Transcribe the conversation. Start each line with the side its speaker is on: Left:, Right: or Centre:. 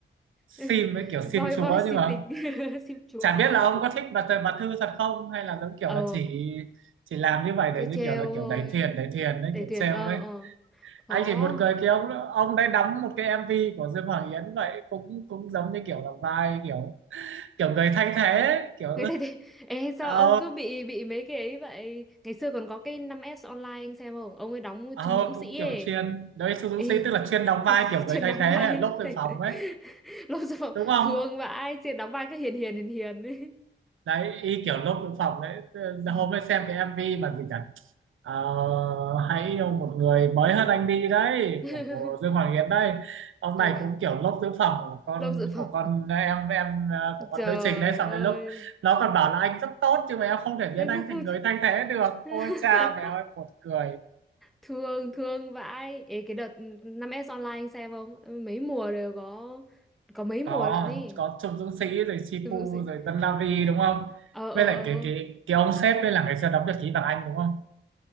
Right: sim
Centre: <laughs>
Right: ấy kiểu sim
Centre: boy boy
Right: chúa
Centre: si
Right: chứ mà
Centre: tình <laughs> sim chúa
Right: chả biết
Centre: thật
Right: là ông có thích bà Tờ- bà Thư thật không hay là giống kiểu
Centre: ờ
Right: là chỉ chỉ làm như vậy để
Centre: để
Right: như
Centre: trêu
Right: kiểu là kiểu
Centre: thôi
Right: đẩy thuyền đẩy thuyền đấy
Centre: để
Right: kiểu
Centre: thuyền
Right: trêu
Centre: ờ
Right: đấy
Centre: ờ khó
Right: anh chỉ một cười cái ông ông đấy đóng một cái MV của Dương Hoàng Yến vậy cũng cũng giống như kiểu là vai kiểu kiểu người thay thế kiểu
Centre: người ta thì <laughs> ê sao
Right: ờ
Centre: ông cứ bị bị mấy cái ấy vậy ngày xưa còn có cái năm s online anh xem không ông ấy đóng
Right: ờ
Centre: Trung Dũng Sĩ
Right: cũng kiểu
Centre: ấy
Right: chuyên đấy Suzuki
Centre: ê
Right: tức là chuyên đóng
Centre: <laughs>
Right: vai kiểu người
Centre: chuyên
Right: thay
Centre: đóng
Right: thế
Centre: vai
Right: hay là lốp
Centre: thầy
Right: dự phòng ấy
Centre: <laughs> lúc sau
Right: đúng không
Centre: thương vãi chuyên <laughs> đóng vai cứ hiền hiền hiền hiền ấy
Right: đấy y kiểu lốp dự phòng đấy
Centre: Ừ.
Right: Ờ, hôm ấy xem cái MV mà gì nhỉ Ờ, hãy yêu một người mới hơn anh đi đấy
Centre: <laughs>
Right: của, của Dương Hoàng Yến đấy ông
Centre: ôi
Right: này cũng kiểu lốp tứ phẩm của con
Centre: lông dự phòng
Right: của con em em ờ, của con
Centre: trời
Right: nữ trình đấy xong
Centre: ơi
Right: đến lúc nó còn bảo là anh rất tốt nhưng mà em không thể biến
Centre: em
Right: anh
Centre: rất không
Right: thành người thay thế được
Centre: <laughs>
Right: ôi cha mẹ ơi buồn cười
Centre: thương thương vãi Ê, cái đợt năm s online anh xem không Ừ, mấy mùa đều có có mấy mùa
Right: có
Centre: lận ý
Right: có Trung Dũng Sĩ rồi Chipu
Centre: Dụ gì-
Right: rồi Dân La Vi đúng không
Centre: ờ ờ
Right: với lại
Centre: ờ
Right: cái cái cái ông sếp đây là ngày xưa đóng được Chí Vàng Anh đúng không